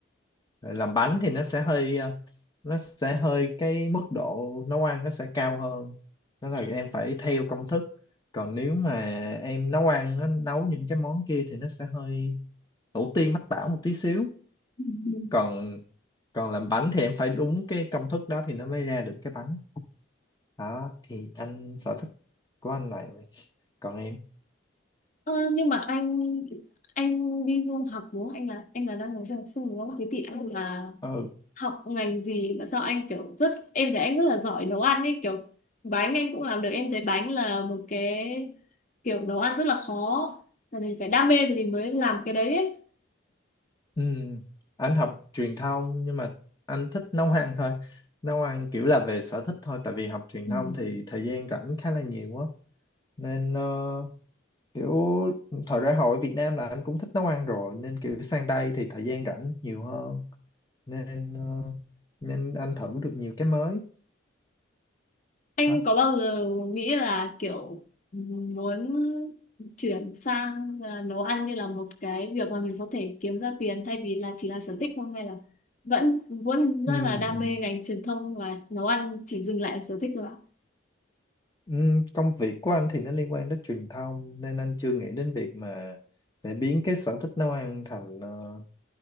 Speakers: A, on the left (about 20°); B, on the left (about 40°).
A: Tại làm bánh thì nó sẽ hơi ờ, nó sẽ hơi cái mức độ nấu ăn nó sẽ cao hơn đó là em phải theo công thức còn nếu mà em nấu ăn nó nấu những cái món kia thì nó sẽ hơi tổ tiên mách bảo một tí xíu
B: <laughs>
A: còn còn làm bánh thì em phải đúng cái công thức đó thì nó mới ra được cái bánh đó thì anh sở thích của anh này còn em
B: Ờ, nhưng mà anh anh đi du học đúng không? Anh là anh là đang là du học sinh đúng không? Thế thì anh là
A: ừ,
B: học ngành gì mà sao anh kiểu rất em thấy anh rất là giỏi nấu ăn ấy kiểu bánh anh cũng làm được em thấy bánh là một cái kiểu nấu ăn rất là khó là mình phải đam mê thì mình mới làm cái đấy ấy.
A: ừ anh học truyền thông nhưng mà anh thích nấu ăn thôi nấu ăn kiểu là về sở thích thôi tại vì học truyền
B: Ừ.
A: thông thì thời gian rảnh khá là nhiều quá nên ờ, kiểu thời ra hồi ở Việt Nam là anh cũng thích nấu ăn rồi nên kiểu sang đây thì thời gian rảnh nhiều hơn nên ờ, nên anh thử được nhiều cái mới
B: Anh
A: đó
B: có bao giờ nghĩ là kiểu muốn chuyển sang à, nấu ăn như là một cái việc mà mình có thể kiếm ra tiền thay vì là chỉ là sở thích không hay là vẫn vẫn rất
A: ừ.
B: là đam mê ngành truyền thông và nấu ăn chỉ dừng lại ở sở thích thôi ạ?
A: Ừm, công việc của anh thì nó liên quan đến truyền thông nên anh chưa nghĩ đến việc mà để biến cái sở thích nấu ăn thành ờ,